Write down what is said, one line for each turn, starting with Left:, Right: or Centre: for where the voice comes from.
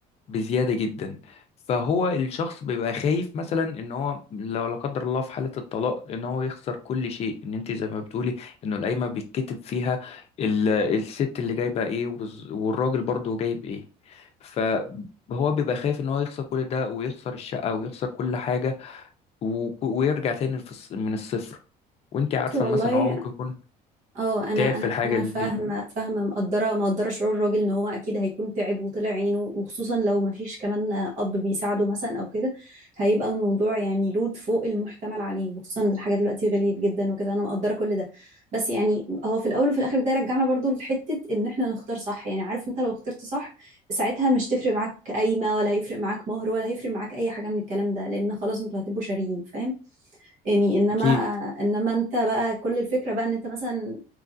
Left: بزيادة جدا فهو الشخص بيبقى خايف مثلا ان هو لو لا قدر الله في حالة الطلاق ان هو يخسر كل شيء ان انت زي ما بتقولي انه القايمة بيتكتب فيها ال- الست اللي جايبة ايه والز- والراجل برضه جايب ايه فهو بيبقى خايف ان هو يخسر كل ده ويخسر الشقة ويخسر كل حاجة وك- ويرجع تاني في الص- من الصفر وانت عارفة
Right: بس والله
Left: مثلا ان هو ممكن يكون
Right: اه انا
Left: تعب في
Right: انا
Left: الحاجة
Right: انا
Left: دي
Right: فاهمه فاهمه مقدره مقدره شعور الراجل ان هو اكيد هيكون تعب وطلع عينه وخصوصا لو ما فيش كمان اب بيساعده مثلا او كده هيبقى الموضوع يعني لود فوق المحتمل عليه وخصوصا الحاجات دلوقتي غليت جدا وكده انا مقدره كل ده بس يعني هو في الاول وفي الاخر ده يرجعنا برضو لحته ان احنا نختار صح يعني عارف انت لو اخترت صح ساعتها مش تفرق معاك قايمه ولا هيفرق معاك مهر ولا هيفرق معاك اي حاجه من الكلام ده لان خلاص انتوا هتبقوا شاريين فاهم يعني انما
Left: اكيد
Right: انما انت بقى كل الفكره بقى ان انت مثلا